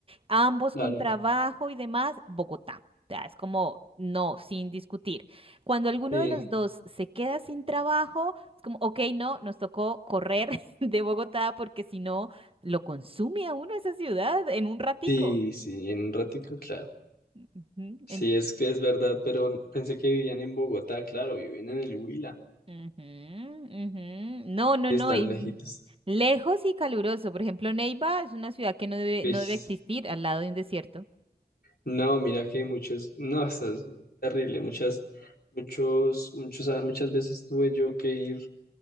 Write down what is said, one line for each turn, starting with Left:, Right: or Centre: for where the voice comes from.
Right: ambos
Left: claro.
Right: con trabajo y demás, Bogotá. O sea, es como no, sin discutir. Cuando alguno
Left: Sí,
Right: de los dos se queda sin trabajo, es como, ok, no, nos tocó correr <laughs> de Bogotá porque si no, lo consume a uno esa ciudad en un ratico.
Left: sí, sí, en un ratico, claro.
Right: Ujú,
Left: Sí,
Right: en-
Left: es que es verdad, pero pensé que vivían en Bogotá, claro, viven en el Huila
Right: Ujú, ujú. No, no,
Left: y
Right: no.
Left: están
Right: y
Left: lejitos.
Right: lejos y caluroso. Por ejemplo, Neiva es una ciudad que no debe,
Left: Uish.
Right: no debe existir al lado de un desierto.
Left: No, mira que muchos, no, eso es terrible, muchas, muchos, muchos, ah, muchas veces tuve yo que ir